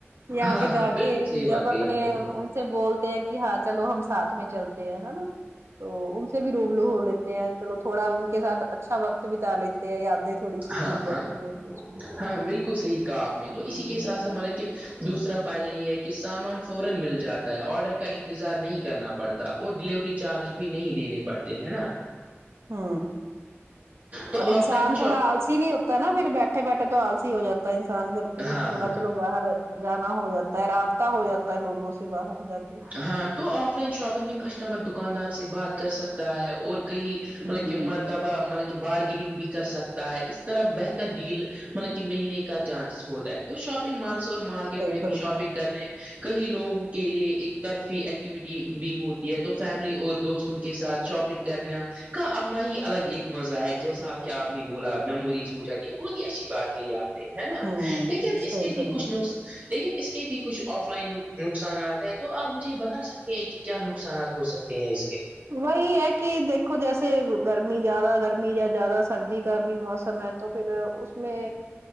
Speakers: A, on the right; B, on the right.
A: یہاں
B: ہاں
A: پہ
B: ہاں
A: جا
B: بالکل
A: کے
B: صحیح
A: جب
B: بات کہی
A: اپنے
B: آپ نے
A: سے بولتے ہیں کہ ہاں چلو ہم ساتھ میں چلتے ہیں نا تو ان سے بھی روبلو ہو لیتے ہیں چلو تھوڑا ان کے ساتھ اچھا وقت بتا لیتے ہیں یادیں تھوڑی سی
B: ہاں
A: جڑ
B: ہاں
A: جاتی ہے بیچ میں
B: ہاں بالکل صحیح کہا آپ نے تو
A: ہ
B: اسی کےسات ہمارا کیا دوسرا فائدہ یہ ہے کہ سامان فورا مل جاتا ہے آرڈر کا انتظار نہیں کرنا پڑتا پڑتا اور ڈیلیوری چارج بھی نہیں دینے پڑتے ہے نا
A: ہ
B: تو
A: اور انسان
B: آف لائن شاپ
A: تھوڑا آل سے ہی نہیں ہوتا ہے نا پھر بیٹھے بیٹھے تو آلسی ہو جاتا ہے انسان گھر پہ
B: ہاں
A: تھوڑا
B: ہاں
A: چلو باہر جانا ہو جاتا ہے رابطہ ہو جاتا ہے لوگوں سے باہر جا کے
B: ہاں تو آف لائن شاپنگ میں کسٹمر دکاندار سے بات کر سکتا ہے اور کہئی مطلب
A: ہوں
B: کہ مرتبہ مطلب کہ بارگننگ بھی کر سکتا ہے اس طرح بہتر ڈیل مطلب کہ ملنے کا چانس ہوتا ہے تو شاپنگ مالس اور مارکیٹ
A: صحیح
B: میں
A: فرمایا
B: بھی شاپنگ
A: آپ
B: کرنے
A: نے،
B: کہیں لوگ کے لیے ایک طرفی ایکٹیویٹی بھی ہوتی ہے تو فیملی اور دوستوں کے ساتھ شاپنگ کرنا کا اپنا ہی الگ ایک مزہ ہے جیسا کہ آپ نے بولا میموریز ہو جاتے ہیں بہت ہی اچھی بات کہی آپ ہے نا
A: ہوں
B: لیکن
A: صحیح
B: اس کے بھی
A: فرمایا
B: کچھ نقص لیکن اس کے بھی کچھ آف لائن نقص نقصانات ہے تو آپ مجھے یہ بتا سکتے ہیں کہ کیا نقصانات ہو سکتے ہیں اس کے
A: وہی ہے کہ دیکھو جیسے گرمی زیادہ گرمی یا زیادہ سردی کا بھی موسم ہے تو پھر اس میں